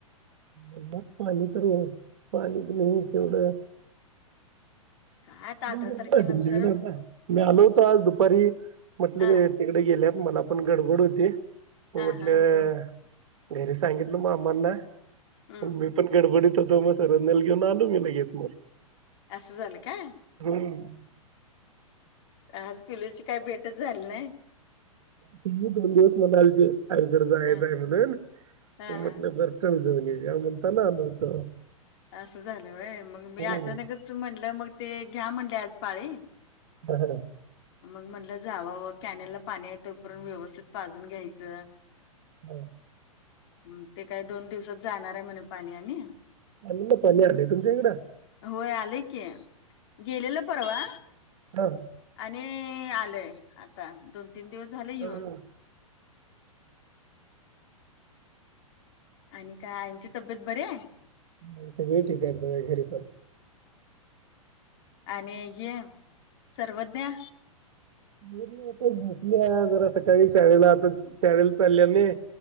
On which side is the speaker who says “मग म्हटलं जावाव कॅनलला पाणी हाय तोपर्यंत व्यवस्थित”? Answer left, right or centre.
Left